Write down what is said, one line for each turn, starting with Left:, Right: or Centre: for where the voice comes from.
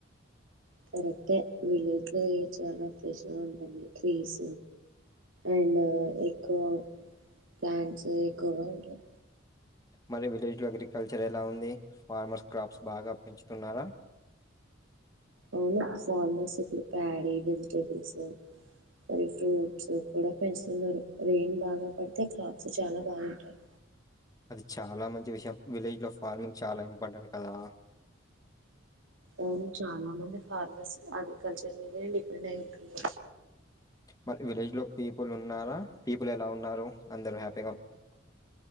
Right: కరెక్టే విలేజ్ లో అ చాలా ఫ్రెష్గా ఉంటాంది ట్రీస్ అండ్ ఎక్కువ ప్లాంట్స్ ఎక్కువగా ఉంటాయి
Left: మరి విలేజ్ లో అగ్రికల్చర్ ఎలా ఉంది ఫార్మర్స్ క్రాప్స్ బాగా పెంచుతున్నారా
Right: అవునా ఫార్మర్స్ ఇప్పుడు ప్యాడీ వెజిటబుల్స్ మరి ఫ్రూట్స్ కూడా పెంచుతున్నారు రెయిన్ బాగా పడితే క్రాప్స్ చాలా బాగుంటాయి
Left: అది చాలా మంచి విషయం విలేజ్ లో ఫార్మింగ్ చాలా ఇంపార్టెంట్ కదా
Right: ఆవును చాలా మంది ఫార్మర్స్ అగ్రికల్చర్ మీదనే డిపెండ్ అయి ఉంటుంది
Left: మరి విలేజ్ లో పీపుల్ ఉన్నారా పీపుల్ ఎలా ఉన్నారు అందరు హ్యాపీ